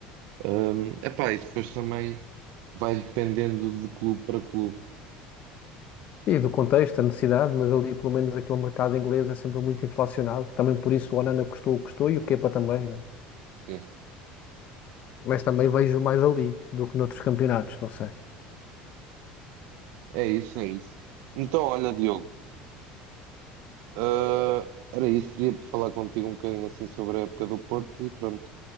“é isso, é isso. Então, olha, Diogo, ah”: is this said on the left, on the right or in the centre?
Right